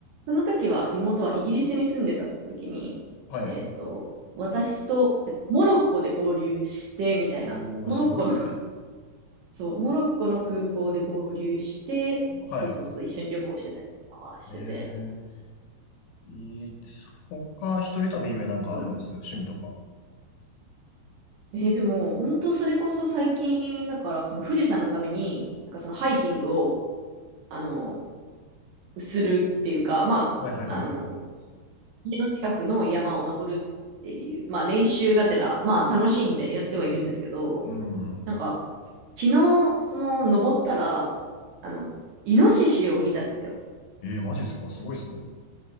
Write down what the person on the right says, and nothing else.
その時は、妹はイギリスに住んでた時に、
えっと、私とモロッコで合流して、みたいな。
モロッコの、
<laughs> そう、モロッコの空港で合流して、
そうそうそう、一緒に旅行してたりとかはしてて。
そうなんです
えーでも、本当それこそ最近、だから、その富士山のために、なんかそのハイキングを、あの、するっていうか、まあ、
あの、家の近くの山を登るっていう、まあ練習がてら、まあ楽しんでやってはいるんですけど、
なんか、昨日、その登ったら、あの、イノシシを見たんですよ。